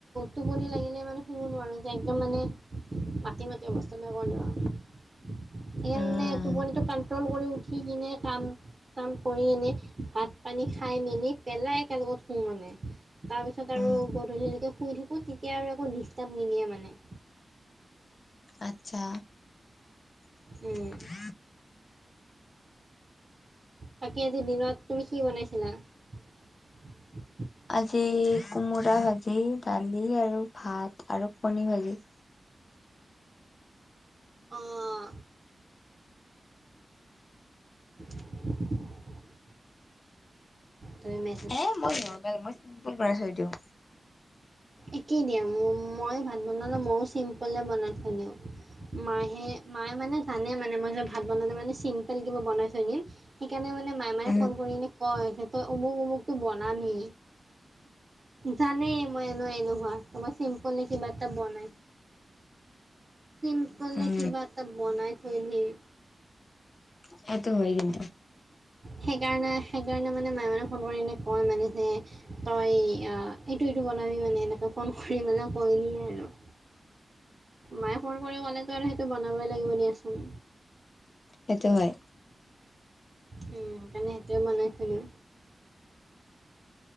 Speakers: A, on the right (about 35°); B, on the left (about 45°).
A: টোপনি লাগিলে মানে শুব নোৱাৰো যে একদম মানে মাটি মাটি অৱস্থা বেয়া কৰি দিব সেইকাৰণে
B: উম
A: টোপনি টো কন্ট্ৰুল কৰি উঠ সেই কিনে কাম চাম কৰি এনে ভাত পানী খাই মেলি পেলাই একেলগত শু মানে তাৰ পিছত
B: উম
A: আৰু গধুলি লেকে শুই থাকো তেতিয়া আৰু একো ডিষ্টাৰ্ব নিদিয়ে মানে।
B: আচ্ছা <inaudible>
A: উম, বাকী আজি দিনত তুমি কি বনাইছিলা? <unintelligible>
B: আজি কোমোৰা ভাজি দালি আৰু ভাত আৰু কণী ভাজি
A: অঁ <unintelligible> তই মে
B: এ মই নোৱাৰো পাই মই চিম্পুল বনাই থৈ দিওঁ।
A: একেই দিয়া মোৰ মই ভাত বনালে ময়ো চিম্পলে বনাই থৈ দিওঁ। মাই হে মাই মানে জানে মানে মই যে ভাত বনালে মানে চিম্পল কিবা বনাই থৈ দিম - সেইকাৰণে মানে মাই মানে
B: উম
A: ফোন কৰিলে - কয় তই অমুক অমুকটো বনানি জানেই মই মই এলেহুৱা মই চিম্পুল কিবা এটা বনাই চিম কলে
B: উম
A: কিবা এটা বনাই থৈ দিও
B: সেইটো হয় কিন্তু
A: সেইকাৰণে সেইকাৰণে মানে মায়ে মানে ফোন কৰি এনে কয় মানে যে তই এইটো এইটো বনাবি মানে এনেকে ফোন কৰি মানে কৈ দিয়ে আৰু। মাইয়ে ফোন কৰি ক'লেতো আৰু সেইটো বনাবই লাগিব দিয়াচোন।
B: সেইটো হয়।
A: সেইকাৰণে সেইটোৱে বনাই থৈ দিও।